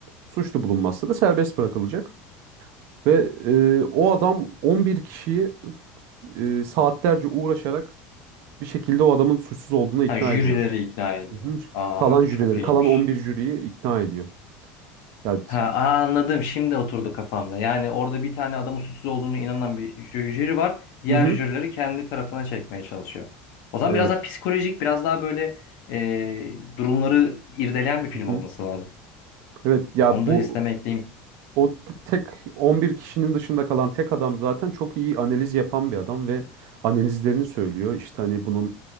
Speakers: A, on the right (about 55°); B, on the left (about 60°).
A: Suçlu bulunmazsa da serbest bırakılacak. Ve e, o adam 11 kişiyi e, saatlerce uğraşarak bir şekilde o adamın suçsuz olduğuna ikna
B: Ha, jürileri
A: ediyor.
B: ikna ediyor.
A: Hı hı.
B: Aa
A: Kalan jürileri,
B: çok iyiymiş.
A: kalan 11 jüriyi ikna ediyor. Yani
B: Ha, aa, anladım. Şimdi oturdu kafamda. Yani orada bir tane adamın suçsuz olduğunu inanan bir jü- jüri var. Diğer
A: Hı hı.
B: jürileri kendi tarafına çekmeye çalışıyor. O zaman
A: Evet.
B: biraz daha psikolojik, biraz daha böyle e, durumları irdeleyen bir film
A: Hı
B: olması
A: hı.
B: lazım.
A: Evet ya
B: Onu
A: bu
B: da listeme ekleyeyim.
A: o tek 11 kişinin dışında kalan tek adam zaten çok iyi analiz yapan bir adam ve analizlerini söylüyor. İşte hani bunun